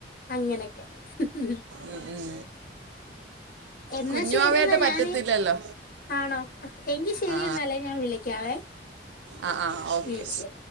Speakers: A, on the left; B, on the right.
A: അങ്ങനൊക്കെ
B: ഉ ഉം
A: എന്നാ
B: കുഞ്ഞുവാവേട്ട
A: ശരിയെന്നാ
B: പറ്റത്തില്ലല്ലോ
A: ഞാന് ആണോ എങ്കി ശരി
B: ആ
A: എന്നല്ലേ ഞാൻ വിളിക്കാവേ
B: ആ ആ ഓക്കെ
A: ഉം ശരി